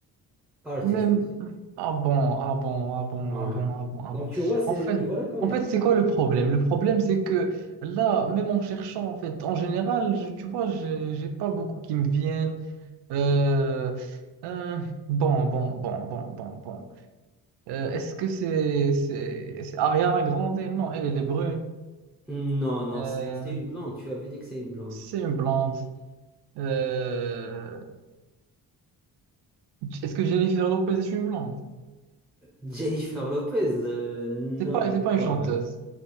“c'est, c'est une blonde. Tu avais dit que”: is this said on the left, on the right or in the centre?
Centre